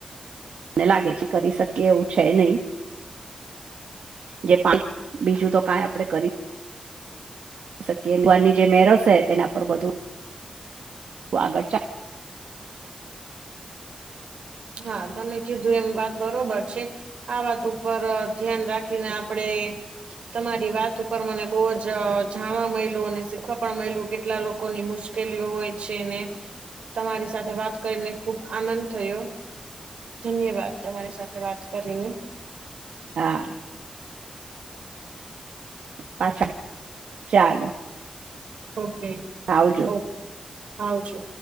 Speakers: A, on the right (about 80°); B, on the right (about 65°).
A: મને લાગે છે કરી શકીએ એવું છે નહી- જે પાંચ બીજું તો કઈ આપડે કરી- શકીુરની જે મેરસ તેના પર બધું આગળ ચ-
B: હા તમે કીધું એમ વાત બરોબર છે આ વાત ઉપર ધ્યાન રાખ- ખીને આપણેે- તમારી વાત ઉપર મને બહ જ જાણવા મળલું અને શીખવા પણ મળલું કેટલા લોકોની મુશ્કેલ- ઉકેલી હોય છે ને તમારી સાથે વાત કરીને ખુબ આનંદ થયો. ધન્યવાદ તમારી સાથે વાત કરીને-
A: હા પાછા ચાલો-
B: ઓકે-
A: આવાવજો-
B: ઓ આવજો.